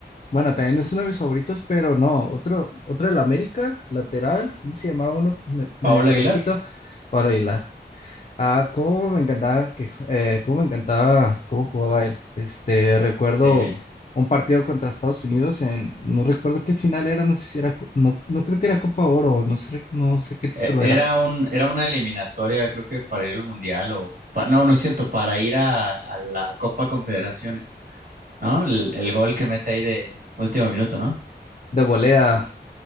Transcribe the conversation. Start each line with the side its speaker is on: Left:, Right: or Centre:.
Left: bueno, también es uno de mis favoritos, pero no, otro, otro del América, lateral, ¿cómo se llamaba uno? Me- medio
Right: ¿Paola
Left: peloncito,
Right: Aguilar?
Left: para Aguilar. Ah, cómo me encantaba que, eh, cómo me encantaba cómo jugaba él. Este, recuerdo
Right: Sí.
Left: un partido contra Estados Unidos en, no recuerdo qué final era, no sé si era, co- no, no creo que era Copa Oro, no sé, no sé qué título
Right: E- Era
Left: era,
Right: un, era una eliminatoria, creo que para ir al Mundial o... pa- no, no es cierto, para ir a, a la Copa Confederaciones. ¿no? El, el gol que mete ahí de último minuto, ¿no?
Left: de volea.